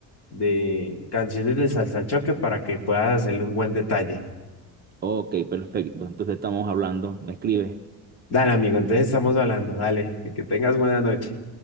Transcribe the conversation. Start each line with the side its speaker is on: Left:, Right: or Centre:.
Left: de canciones de salsa choque para que puedas hacerle un buen detalle.
Right: Ok, perfecto. Entonces estamos hablando. Me escribe.
Left: Dale, amigo, entonces estamos hablando. Dale, que tengas buena noche.